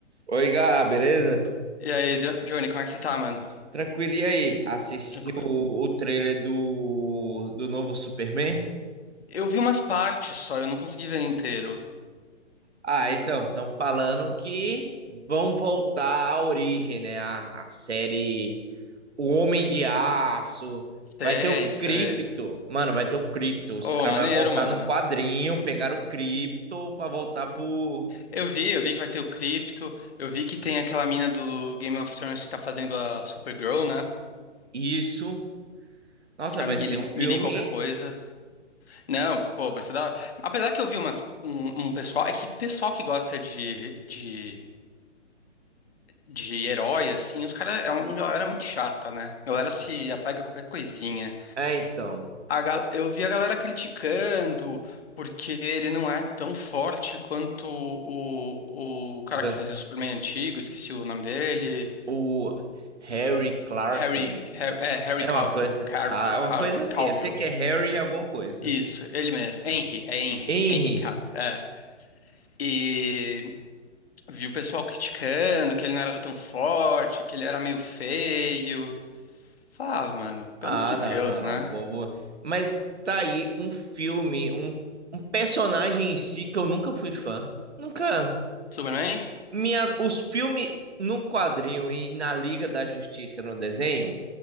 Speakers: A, on the right; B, on the left.
A: Oi, Gá, beleza?
B: E aí, Jo- Johnny, como é que você tá, mano?
A: Tranquilo, e aí? Assistiu
B: Tranquilo.
A: o, o trailer do, do novo Superman?
B: Eu vi umas partes só, eu não consegui ver inteiro.
A: Ah, então, estão falando que vão voltar à origem, né? A, a série O Homem de Aço.
B: Sei,
A: Vai ter o
B: sei.
A: Krypto. Mano, vai ter o Krypto. Os
B: Ô,
A: caras
B: maneiro,
A: vão voltar
B: mano.
A: no quadrinho, pegar o Krypto pra voltar por
B: Eu vi, eu vi que vai ter o Crypto, eu vi que tem aquela mina do Game of Thrones que tá fazendo a Supergirl, né?
A: isso. Nossa,
B: Que é
A: vai
B: a Millie,
A: ser um filme.
B: Millie qualquer coisa. Não, pô, vai ser da hora. Apesar que eu vi umas, um, um pessoal, é que pessoal que gosta de, de, de herói, assim, os caras é uma galera muito chata, né? A galera se apega a qualquer coisinha.
A: É, então.
B: a ga- eu vi a galera criticando porque ele não é tão forte quanto o, o, cara
A: os
B: que
A: an-
B: fazia o Superman antigo, esqueci o nome dele.
A: O Harry Clark.
B: Harry, Harry, é, Harry
A: É
B: Cavill,
A: uma coisa,
B: Carvill,
A: cara, é uma
B: Cav-
A: coisa assim.
B: Calvill.
A: Eu sei que é Harry alguma coisa.
B: Isso, ele mesmo. Henry, é Henry,
A: Henry.
B: Henry Cavill, é. E vi o pessoal criticando que ele não era tão forte, que ele era meio feio. Faz, mano, pelo
A: Ah,
B: amor de
A: não,
B: Deus,
A: não, não,
B: né?
A: povo. Mas tá aí um filme, um, um personagem em si que eu nunca fui fã. Nunca.
B: Superman?
A: Minha, os filmes num quadrinho e na Liga da Justiça no desenho,